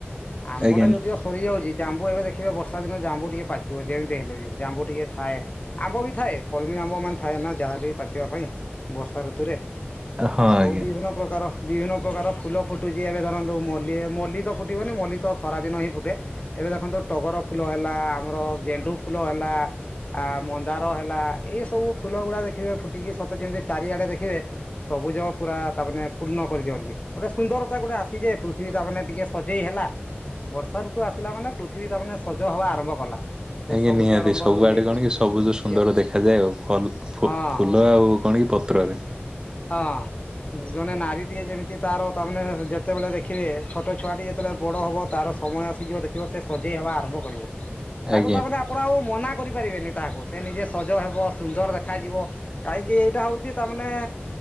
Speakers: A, on the left; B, on the right.
A: ଆମ୍ବ
B: ଆଜ୍ଞା।
A: ଟା ଯଦିଓ ସରିଯାଉଛି ଜାମ୍ବୁ ଏବେ ଦେଖିବେ ବର୍ଷା ଦିନେ ଜାମ୍ବୁ ଟିକେ ପାଚିବ ଯେମିତି ହେଲେ ବି ଜାମ୍ବୁ ଟିକେ ଥାଏ ଆମ୍ବ ବି ଥାଏ। କଲମ୍ୱି ସମ୍ମାନ ଥାଏ ନା ଯାହାଲେ ପାଚିବା ପାଇଁ ବର୍ଷା ଋତୁରେ
B: ହଁ
A: ଆଉ
B: ଆଜ୍ଞା
A: ବିଭିନ୍ନ ପ୍ରକାର ବିଭିନ୍ନ ପ୍ରକାର ଫୁଲ ଫୁଟୁଛି ଏବେ ଧରନ୍ତୁ ମଲ୍ଲି ମଲ୍ଲି ତ ଫୁଟିବନି ମଲ୍ଲି ତ ଖରାଦିନ ହିଁ ଫୁଟେ ଏ ଏବେ ଦେଖନ୍ତୁ ଟଗରଫୁଲ ହେଲା ଆମର ଗେଣ୍ଡୁଫୁଲ ହେଲା ଆ ମନ୍ଦାର ହେଲା ଏସ୍‌ ସବୁ ଫୁଲ ଗୁଡା ଦେଖିବେ ଫୁଟିକି ସତେ ଯେମିତି ଚାରିଆଡେ ଦେଖିବେ ସବୁଜ ପୁରା ତାମାନେ ପୂର୍ଣ୍ଣ କରିଦିଏ। ଗୋଟେ ସୁନ୍ଦରତା ଗୋଟେ ଆସିଯେ ପୃଥିବୀ ତା ମାନେ ଟିକେ ସଜେଇ ହେଲା ବର୍ଷା ଋତୁ ଆସିଲା ମାନେ ପୃଥିବୀ ତା ମାନେ ସଜ ହବା ଆରମ୍ଭ କଲା। ସେ
B: ଆଜ୍ଞା
A: ସବୁଜ
B: ନିହାତି
A: ରଙ୍ଗରୁ
B: ସବୁଆଡେ
A: ନେଇକି
B: କଣ କି ସବୁଯ ସୁନ୍ଦର
A: ଯେ
B: ଦେଖାଯାଏ ଆଉ। ଫଲ
A: ହଁ
B: ଫୁଲ ଆଉ କଣ କି ପତ୍ରରେ।
A: ହଁ। ଜଣେ ନାରୀଟିଏ ଯେମିତି ତାର ତାମାନେେ ଯେତେବେଳେ ଦେଖିବେ ଛୋଟ ଛୁଆଟି ଯେତେବେଳେ ବଡ ହବ ତାର ସମୟ ଆସିଯିବ ଦେଖିବ ସେ ସଜେଇ ହେବା ଆରମ୍ଭ କରିବ। ତାକୁ
B: ଆଜ୍ଞା
A: ତାମାନେ ଆପଣ ଆଉ ମନା କରିପାରିବେନି ତାହାକୁ ସେ ନିଜେ ସଜ ହେବ। ସୁନ୍ଦର ଦେଖାଯିବ, କାହିଁକି ଏଇଟା ହୋଉଚି ତାମାନେ